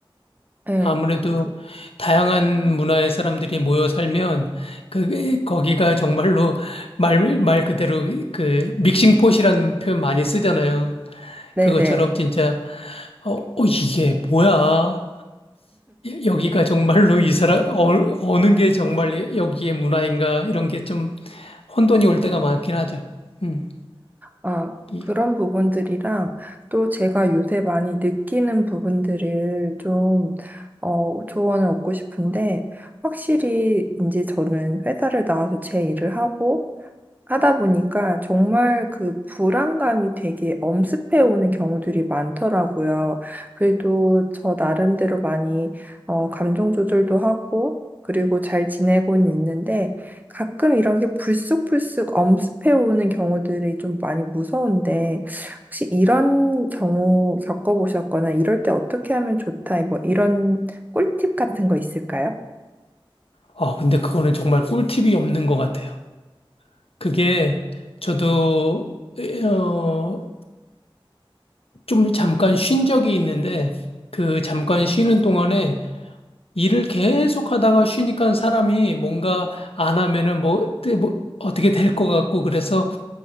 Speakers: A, on the right; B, on the left.
A: 네.
B: 아무래도
A: 그-
B: 다양한 문화의 사람들이 모여 살면 그게 거기가 정말로 말, 말 그대로 그 믹싱폿이라는 표현 많이 쓰잖아요.
A: 네네.
B: 그것처럼 진짜 어, 어, 이게 뭐야? 여기가 정말로 이 사람 어, 어느 게 정말 여기의 문화인가 이런 게 좀 혼돈이 올 때가 많긴 하죠. 음.
A: 아,
B: 이-
A: 그런 부분들이랑 또 제가 요새 많이 느끼는 부분들을 좀, 어, 조언을 얻고 싶은데, 확실히 이제 저는 회사를 나와서 제 일을 하고, 하다 보니까 정말 그 불안감이 되게 엄습해 오는 경우들이 많더라고요. 그래도 저 나름대로 많이 어, 감정 조절도 하고 그리고 잘 지내고는 있는데 가끔 이런 게 불쑥불쑥 엄습해 오는 경우들이 좀 많이 무서운데 혹시 이런 경우 겪어보셨거나 이럴 때 어떻게 하면 좋다 뭐 이런 꿀팁 같은 거 있을까요?
B: 어, 근데 그거는 정말 꿀팁이 없는 것 같아요. 그게 저도 어, 좀 잠깐 쉰 적이 있는데 그 잠깐 쉬는 동안에 일을 계속 하다가 쉬니까 사람이 뭔가 안 하면은 뭐, 뜨- 뭐 어떻게 될 것 같고 그래서